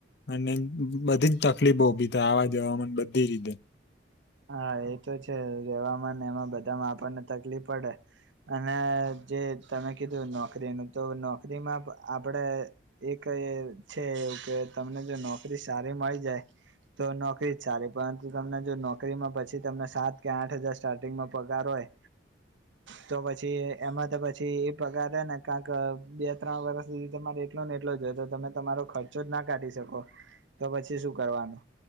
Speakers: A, on the left (about 60°); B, on the right (about 80°).
A: અને બધી જ તકલીફો ઉભી થાય આવા જવામાં બધી રીતે
B: હા એતો છે, રેવામાં ને એમાં બધામાં આપણને તકલીફ પડે અને જે તમે કીધું નોકરીનું તો નોકરીમાં આપડે <unintelligible> છે. કે તમને જો નોકરી સારી મળી જાય તો નોકરી સારી પરંતુ તમને જો નો કરીમાં પછી તમને સાત કે આઠ હજાર સ્ટાર્ટિંગમાં પગાર હોય તો પછી એમાં તો પછી એ પગાર ને કા ક બે ત્રણ વર્ષ સુધી તમારી એટલો ને એટલો જો તો તમે તમારો ખર્ચો જ ના કાઢી શકો તો પછી શું કરવાનો